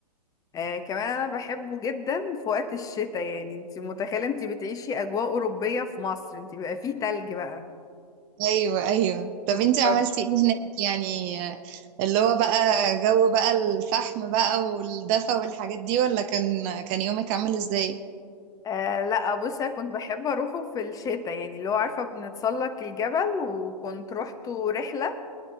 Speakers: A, on the left; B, on the right.
A: آه كمان انا بحبه جدا في وقت الشتاء يعني انتي متخيلة انتي بتعيشي اجواء اوروبية في مصر انتي بيبقى فيه تلج بقى
B: ايوه ايوه طب
A: <laughs>
B: انت عملتي ايه هناك يعني آه، اللي هو بقى جو بقى الفحم بقى والدفا والحاجات دي ولا كان كان يومك عامل ازاي
A: آه لا بصي أنا كنت بحب اروحه في الشتاء يعني اللي هو عارفة بنتسلق الجبل وكنت روحته رحلة